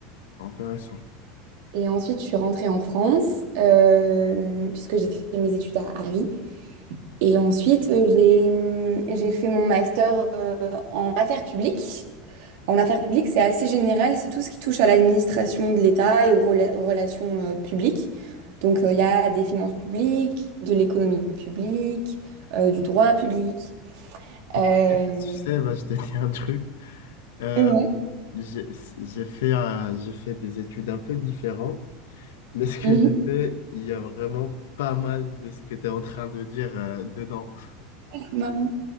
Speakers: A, on the left; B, on the right.
A: intéressant.
B: Et ensuite, je suis rentrée en France euh, puisque j'ai fait mes études à Paris. Et ensuite, euh, j'ai, hum, j'ai fait mon master euh, en affaires publiques En affaires publiques, c'est assez général, c'est tout ce qui touche à l'administration de l'État et aux, rela- aux relations euh, publiques. Donc, euh, il y a des finances publiques, de l'économie publique, euh, du droit public.
A: Ok,
B: Euh,
A: tu sais, bah, je te dis un truc. Euh,
B: et ouais.
A: j'ai j'ai fait, euh, j'ai fait des études un peu différentes, mais ce que
B: Mhm.
A: j'ai fait, il y a vraiment pas mal de ce que tu es en train de dire euh, dedans.
B: Marrant.